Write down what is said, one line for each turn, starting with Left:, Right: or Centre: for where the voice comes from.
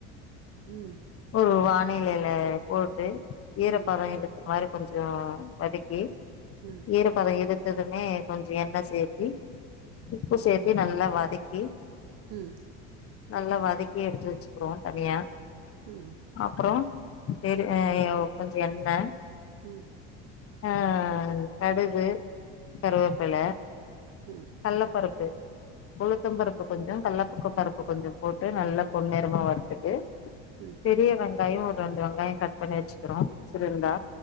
Right: ம்
Left: ஒரு வானிலையில போட்டு ஈரப்பதோ
Right: ம்
Left: இழு இந்த மாரி கொஞ்சோ வதக்கி
Right: ம்
Left: ஈரப்பதம் இழுத்ததுமே கொஞ்ச எண்ண சேத்தி உப்பு சேத்தி நல்லா வதக்கி
Right: ம்
Left: நல்லா வதக்கி எடுத்து வச்சுக்கிறோ தனியா
Right: ம்
Left: அப்பறோ சரி கொஞ்சோ எண்ண
Right: ம்
Left: ஆ கடுகு கருவேப்பல.
Right: ம் ம்
Left: கல்லப்பருப்பு, உளுத்தம் பருப்பு. கொஞ்சோ கல்ல பருப்பு கொஞ்சோ போட்டு, நல்லா பொண்நேரமா வருத்துட்டு.
Right: ம்
Left: பெரிய வெங்காயோ ஒரு ரெண்டு வெங்காயோ கட் பண்ணி வச்சுக்கிறோ சிறு துண்டா.